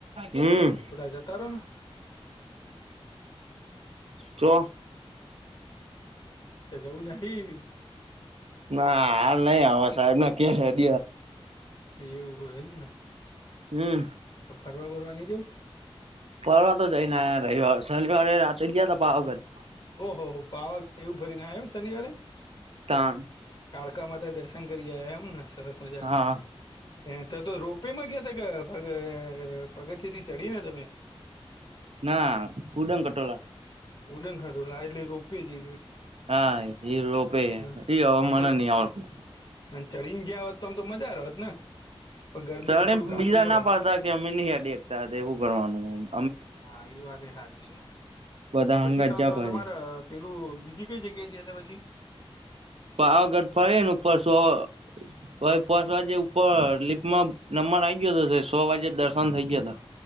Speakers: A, on the right; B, on the left.
A: હમ
B: થોડા જતા રહો ને.
A: ચો.
B: તો જવુ નહી.
A: ના હાલ નહી, હ સાહેબ ના કે રેડ
B: યુકો એમને
A: હમ્મ.
B: તો ફરવા-ફરવા નહીં જાઉં.
A: ફરવા તો જઈને, રવિ-શનિવારે રાત્ર જ ગયા હતા, પાગત
B: ઓહ હો, પાવા એવું ભરીને, આવ એમ શનિવારે
A: તાં
B: કાળકા માતા દર્શન કરી આયા, એમને સરસ મજાના.
A: હા
B: હે તો, તો રોપેમાં કયાં ત પગ પગથથીથી ચડી ને તમે.
A: ના કૂડન કટોળા
B: ઉડન ખટોલા રોપે જ.
A: હા એ રોપે એ
B: <unintelligible>
A: હવે મને નહી આવડતું
B: અને ચડીને ગયા હોત તો, આમ તો મજા હોત ને, પણ ગરમીનું
A: સરે
B: થોડું કાઠવું
A: બીજા
B: પડે.
A: ના પાડતા કે અમે નહી દેખા, એવુ ભણવાનું.
B: હા, એ વાત સાચી,
A: બધા
B: પછી
A: હંગાત
B: તો
A: જા
B: તો
A: ભાઈ
B: તમારા પેલું બીજી કઈ જગ્યાએ પછી.
A: પાવાગઢ ફરે ને પશુ તો પાંચ વાગે ઉપર લીપમાં નમમર આ ગયો હતો, સો વાગે દર્શન થઇ ગયા હતા.